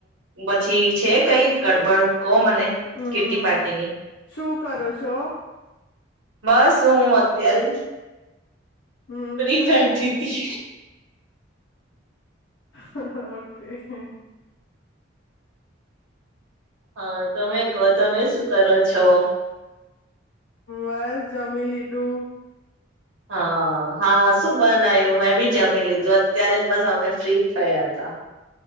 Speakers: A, on the right; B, on the left.
A: અમ પછી છે કઈ ગડબડ કહો મને
B: હમ
A: કીટ્ટી પાર્ટીની.
B: શું કરો છો?
A: બસ હું અત્યારે જ
B: હમ
A: ફ્રી બેઠી તી.
B: ઓકે.
A: હા તમે કહો તમે શું કરો છો?
B: બસ જમી લીધું.
A: હા, હા શું બનાયું મેં બી જમી લીધું અત્યારે જ બસ અમે ફ્રી થયા હતા.